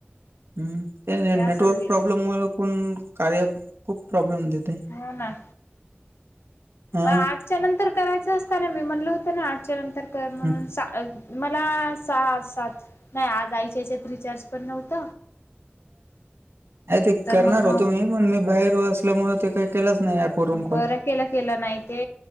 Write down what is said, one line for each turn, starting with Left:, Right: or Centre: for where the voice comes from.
Right: हम्म नाही नाही
Left: ते असंच
Right: नेटवर्क
Left: गेलं
Right: प्रॉब्लेम मुळ पण कार्या ॲप खूप प्रॉब्लेम देते.
Left: हो ना.
Right: हा
Left: आठच्या नंतर करायच असतना, मी म्हणल होत ना आठच्या नंतर तर मग
Right: हं,
Left: सा मला सहा सात नाही आज आईच्या ह्याच्यात रिचार्ज पण नव्हत.
Right: हा ते
Left: तर
Right: करणार
Left: मग
Right: होतो मी पण मी बाहेर असल्यामुळे ते काही केलच नाही. ऍप वरून कॉल
Left: बर केल केल नाही ते